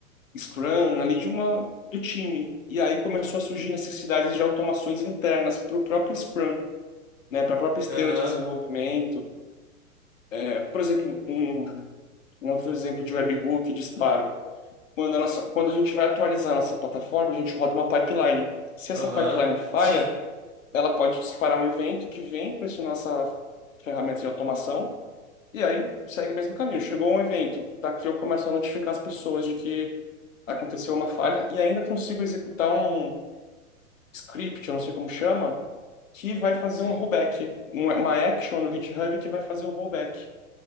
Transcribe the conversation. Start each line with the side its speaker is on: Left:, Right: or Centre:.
Left: Scrum ali de uma do time. E aí começou a surgir necessidades de automações internas para o próprio Scrum, né, para a própria esteira
Right: Aham,
Left: de desenvolvimento. É, por exemplo, um, um outro exemplo de webhook, disparo. Quando a nossa, quando a gente vai atualizar a nossa plataforma, a gente roda uma pipeline. Se essa
Right: aham.
Left: pipeline falha,
Right: Sim,
Left: ela pode disparar um evento que vem para essa nossa ferramenta de automação e aí segue o mesmo caminho. Chegou um evento, daqui eu começo a notificar as pessoas de que aconteceu uma falha e ainda consigo executar um script, eu não sei como chama, que vai fazer
Right: sim.
Left: um rollback, um- uma action no GitHub que vai fazer o rollback,